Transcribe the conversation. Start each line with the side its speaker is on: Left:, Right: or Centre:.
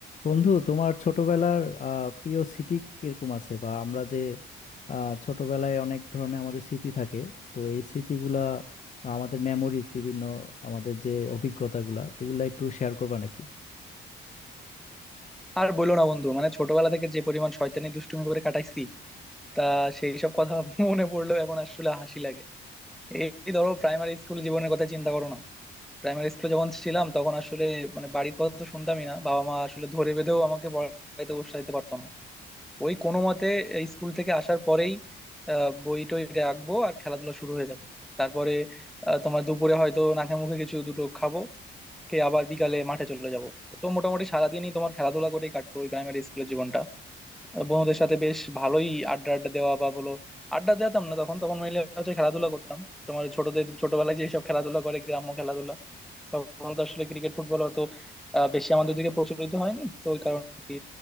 Left: বন্ধু তোমার ছোটবেলার আহ, প্রিয় স্মৃতি কিরকম আছে বা আমরা যে আহ, ছোটবেলায় অনেক ধরনের আমাদের স্মৃতি থাকে তো এই স্মৃতিগুলা বা আমাদের মেমোরিজ বিভিন্ন আমাদের যে অভিজ্ঞতাগুলা এগুলা একটু শেয়ার করবা নাকি
Centre: আর বইলো না বন্ধু মানে ছোটবেলা থেকে যে পরিমাণ শয়তানি দুষ্টুমি করে কাটাইছি তা সেই সব কথা <laughs> মনে পড়লেও এখন আসলে হাসি লাগে এই এই ধরো প্রাইমারি স্কুল জীবনের কথা চিন্তা করো না প্রাইমারি স্কুলে যখন ছিলাম তখন আসলে মানে বাড়ির কথা তো শুনতামই না বাবা মা আসলে ধরে বেঁধেও আমাকে পড়াইতে বসাইতে পারতো না ওই কোনো মতে এই স্কুল থেকে আসার পরেই আহ বই টই রাখবো আর খেলাধুলা শুরু হয়ে যাবে তারপরে আহ, তোমার দুপুরে হয়তো নাকে মুখে কিছু দুটো খাবো খেয়ে আবার বিকালে মাঠে চলে যাবো তো মোটামুটি সারাদিনই তোমার খেলাধুলা করেই কাটতো ওই প্রাইমারি স্কুলের জীবনটা বন্ধুদের সাথে বেশ ভালোই আড্ডা আড্ডা দেওয়া বা বলো আড্ডা দিতাম না তখন তখন মিলে হচ্ছে খেলাধুলা করতাম তোমার ছোটদের ছোটবেলায় যেসব খেলাধুলা করে গ্রাম্য খেলাধুলা তখন তো আসলে ক্রিকেট ফুটবল অত আহ, বেশি আমাদের দিকে প্রচলিত হয়নি তো ওই কারণে আর কি